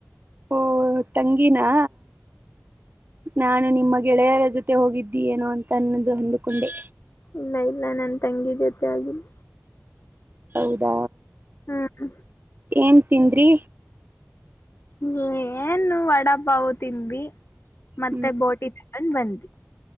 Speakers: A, on the right (about 45°); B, on the left (about 55°).
A: ಒ ತಂಗಿನಾ ನಾನು ನಿಮ್ಮ ಗೆಳೆಯರ ಜೊತೆ ಹೋಗಿದ್ದಿ ಏನೋ ಅಂತ ಅನ್ನದು ಅಂದುಕೊಂಡೆ.
B: ಇಲ್ಲ ಇಲ್ಲ ನನ್ ತಂಗಿ ಜೊತೆ ಹೋಗಿನ್.
A: ಹೌದಾ
B: ಹ್ಮ್
A: ಏನ್ ತಿಂದ್ರಿ
B: ಹ ಏನು ವಡಪಾವ್ ತಿಂಡ್ವಿ ಮತ್ತೆ
A: ಹ್ಮ್
B: ಬೋಟಿ ತಿ ಣ ಬಂದ್ವಿ